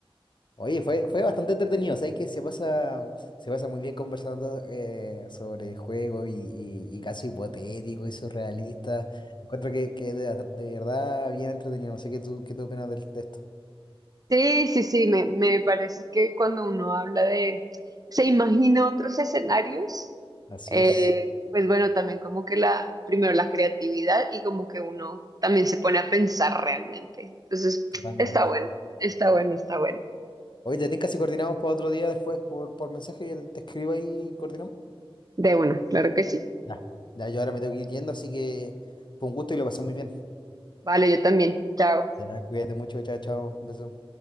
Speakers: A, on the left; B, on the right.
A: oye, fue, fue bastante entretenido. Sabes que se pasa, se pasa muy bien conversando eh, sobre juegos y, y, y casos hipotéticos y surrealistas. Encuentro que, que de, de verdad bien entretenido. No sé qué tú, qué tú opinas del- de esto.
B: Sí, sí, sí, me, me parece que cuando uno habla de, se imagina otros escenarios,
A: Así
B: eh,
A: es.
B: pues bueno, también como que la, primero la creatividad y como que uno también se pone a pensar realmente. Entonces,
A: Totalmente.
B: está bueno, está bueno, está bueno.
A: Oye, te tinca si coordinamos para otro día después por, por mensaje, te te escribo ahí y coordinamos.
B: De uno, claro que sí.
A: Ya, Ya, yo ahora me tengo que ir yendo, así que fue un gusto y lo pasé muy bien.
B: Vale, yo también. Chao.
A: ya, Cuídate mucho, chao, chao, un beso.